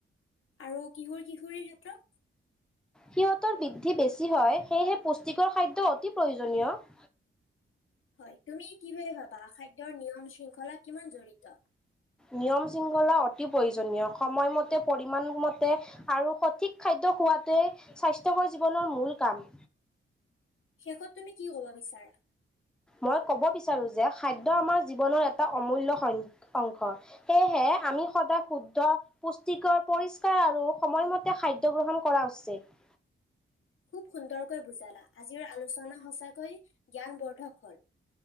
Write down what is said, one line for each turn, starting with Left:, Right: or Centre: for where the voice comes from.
Left: আৰু কিশোৰ কিশোৰীৰ ক্ষেত্ৰ
Centre: সিহঁতৰ বৃদ্ধি বেছি হয় সেয়েহে পুষ্টিকৰ খাদ্য অতি প্ৰয়োজনীয়
Left: হয় তুমি কি বুলি ভাবা খাদ্যৰ নিয়ম শৃংখলা কিমান জড়িত?
Centre: নিয়ম শৃংখলা অতি প্ৰয়োজনীয় সময়মতে, পৰিমাণমতে আৰু সঠিক খাদ্য খোৱাটোৱে স্বাস্থ্যকৰ জীৱনৰ মূল কাম
Left: শেষত তুমি কি কব বিচাৰা
Centre: মই ক'ব বিচাৰোঁ যে খাদ্য আমাৰ জীৱনৰ এটা অমূল্য সং অংশ সেয়েহে আমি সদায় শুদ্ধ পুষ্টিকৰ, পৰিষ্কাৰ আৰু সময়মতে খাদ্য গ্ৰহণ কৰা উচিত।
Left: খুব সুন্দৰকৈ বুজালা আজিৰ আলোচনা সঁচাকৈ জ্ঞান বৰ্ধক হল।